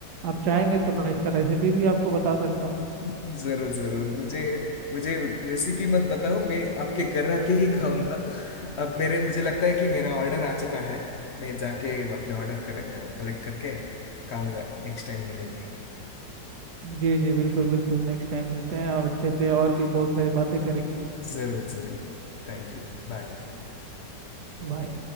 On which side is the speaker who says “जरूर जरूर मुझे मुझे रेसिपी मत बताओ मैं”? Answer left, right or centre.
Left